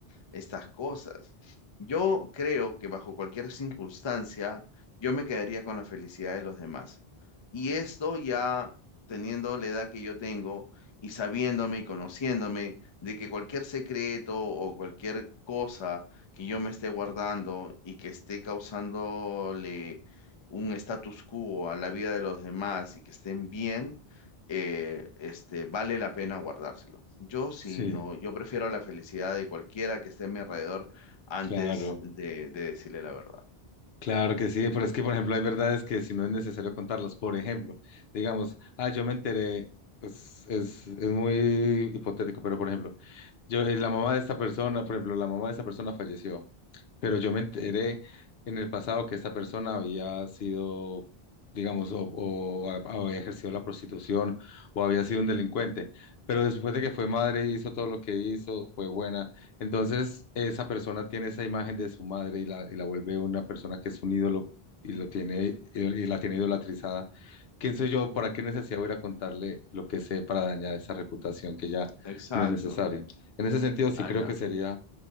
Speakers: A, on the left; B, on the left.
A: estas cosas. Yo creo que bajo cualquier circunstancia, yo me quedaría con la felicidad de los demás. Y esto ya teniendo la edad que yo tengo y sabiéndome y conociéndome de que cualquier secreto o cualquier cosa que yo me esté guardando y que esté causándole un status quo a la vida de los demás y que estén bien eh, este, vale la pena guardárselo. Yo sí,
B: sí,
A: no, yo prefiero la felicidad de cualquiera que esté a mi alrededor antes
B: claro,
A: de, de decirle la verdad.
B: claro que sí, pero es que, por ejemplo, hay verdades que si no es necesario contarlas, por ejemplo, digamos, ah, yo me enteré, pues es, es muy hipotético, pero por ejemplo, yo, eh, la mamá de esta persona, por ejemplo, la mamá de esta persona falleció. pero yo me enteré en el pasado que esta persona había sido, digamos, o, o ha- había ejercido la prostitución o había sido un delincuente, pero después de que fue madre hizo todo lo que hizo, fue buena. Entonces, esa persona tiene esa imagen de su madre y la, y la vuelve una persona que es un ídolo y lo tiene y la tiene idolatrizada. ¿Quién soy yo? ¿Para qué necesidad voy a ir a contarle lo que sé para dañar esa reputación que ya
A: Exacto.
B: no es necesario? En ese sentido, sí
A: Ajá.
B: creo que sería